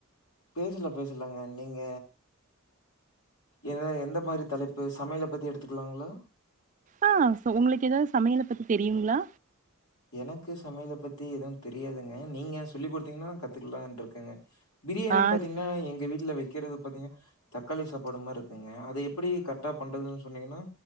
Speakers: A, on the left (about 85°); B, on the right (about 35°).
A: பேசலா பேசலாங்க நீங்க எத எந்த மாரி தலைப்பு சமையல பத்தி எடுத்துக்கலாங்ளா
B: ஆ சோ உங்களுக்கு எதாது சமையல பத்தி தெரியுங்ளா
A: எனக்கு சமையல பத்தி எதுவு தெரியாதுங்க நீங்க சொல்லி் குடுத்தீங்னா கத்துக்கலான்ருக்கங்க பிரியாணி
B: ஆ
A: பாத்தீங்ன்னா
B: ச
A: எங்க வீட்ல வெ கிறது பாத்தீங்க தக்காளி சாப்பாடு மார்ருக்குங்க அத எப்டி கரெட்டா பண்றதுன் சொன்னீங்னா